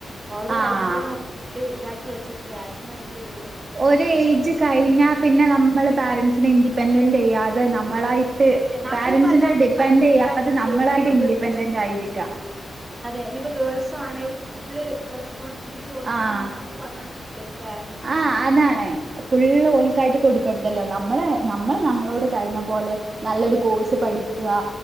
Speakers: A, on the right; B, on the right.
A: ഓളുടെ
B: ആഹ്
A: കല്യാണത്തിന് വേണ്ടിയിട്ട് ഇതാക്കി വെച്ച ക്യാഷാന്ന് എനിക്ക് എടുത്ത് തന്നത്.
B: ഒരേ
A: അതന്നെ
B: എജ് കഴിഞ്ഞാ പിന്നെ നമ്മള് പേരെന്റ്സിനെ ഇൻഡിപെൻഡന്റ് ചെയ്യാതെ നമ്മളായി. ട്ട്
A: നമ്മളിപ്പോ
B: പേരന്റ്സിന്റെ
A: എല്ലാരും
B: ഡിപ്പെന്റ്
A: നല്ല വലുതാക്കി
B: ചെയ്യാതെ നമ്മളായിട്ട്
A: ചെയ്തണ് ഇനിയിപ്പോ
B: ഇൻഡിപെൻഡന്റ്
A: ഗേൾസ് ആണേലും
B: ആയിരിക്കാ.
A: അതെ ഇനിയിപ്പോ ഗേൾസ് ആണേലും ഫുള്ള്. റെസ്പോൺസിബിലിറ്റി ഓര്ക്ക്
B: ആഹ്
A: ആണ് അതൊന്നു പറഞ്ഞ് കൊടുക്കരുത് പോരന്റ്സിനാണ്.
B: ആഹ് അതാണ് ഫുള്ള് ഓല് ആയിട്ട് കൊടുക്കരുത്. ല്ലോ നമ്മളെ നമ്മള് നമ്മളോട് കഴിയുന്ന പോലെ നല്ലൊരു കോഴ്സ് പഠിക്കാ